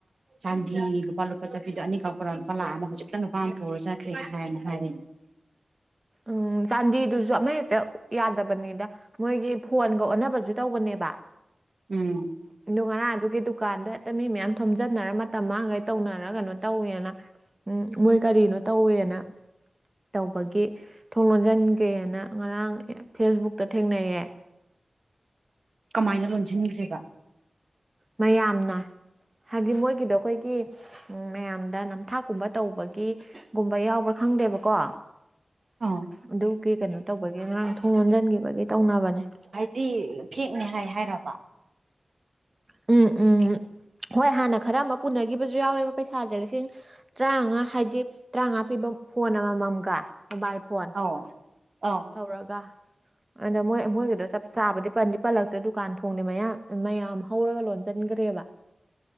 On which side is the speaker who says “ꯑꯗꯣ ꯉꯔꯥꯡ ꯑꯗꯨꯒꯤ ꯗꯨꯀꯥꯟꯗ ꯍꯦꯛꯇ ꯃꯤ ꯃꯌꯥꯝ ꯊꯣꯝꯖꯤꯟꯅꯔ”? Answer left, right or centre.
Right